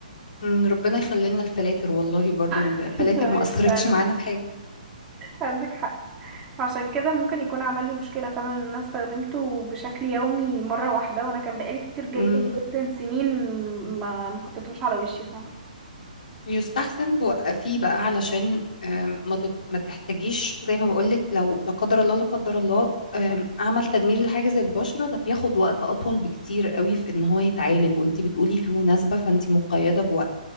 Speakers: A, on the left; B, on the right.
A: مم. ربنا يخلي لنا الفلاتر والله برضو الفلاتر
B: <laughs> ايوه
A: ما أثرتش
B: فعلا
A: معانا في
B: عندك حق عشان كده ممكن يكون عمل لي مشكلة فعلا ان انا استخدمته بشكل يومي مرة واحدة وانا كان بقالي كتير جدا
A: حاجة
B: جدا سنين ما ما حطيتهوش على وشي فعلا
A: يستحسن توقفيه بقى علشان آم، ما تت- ما تحتاجيش زي ما بقولك لو لا قدر الله لا قدر الله آم، عمل تدمير لحاجز البشرة ده بياخد وقت أطول بكتير قوي في إن هو يتعالج وانتي بتقولي في مناسبة فانتي مقيدة بوقت